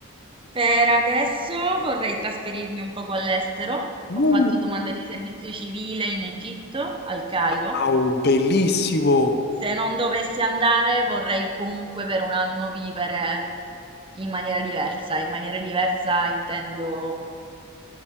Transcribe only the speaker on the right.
Per adesso vorrei trasferirmi un poco all'estero. Ho
fatto domanda di servizio civile in Egitto, al Cairo,
Se non dovessi andare, vorrei comunque per un anno vivere in maniera diversa. In maniera diversa intendo